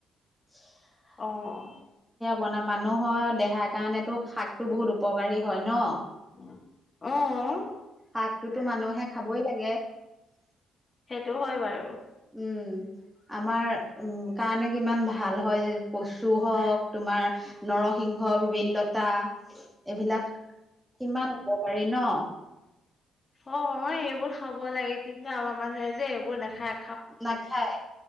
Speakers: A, in the centre; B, on the left (about 30°).
A: <inaudible>
B: অঁহ।
A: বনাম মানুহৰ দেহাৰ কাৰণেতো শাকটো বহুত উপকাৰী হয় ন।
B: <unintelligible> অ'।
A: শাকটোতো মানুহে খাবই লাগে।
B: সেইটো হয় বাৰু।
A: উম। আমাৰ উম কাৰণে কিমান ভাল হয় কচু হওক, তোমাৰ নৰসিংহ ভিবেলি লতা এইবিলাক কিমান উপকাৰী ন?
B: অ এইবোৰ খাব লাগে কিন্তু আমাৰ মানুহে যে এইবোৰ নেখায়।
A: নাখায়